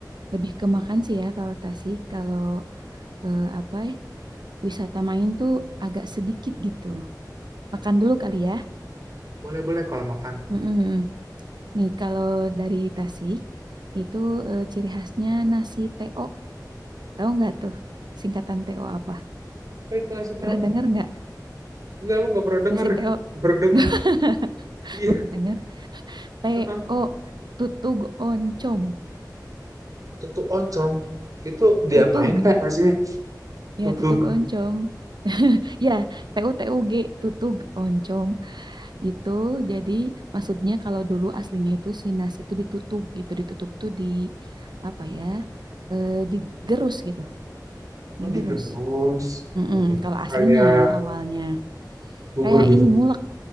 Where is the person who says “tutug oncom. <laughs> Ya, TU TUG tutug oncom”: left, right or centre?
Right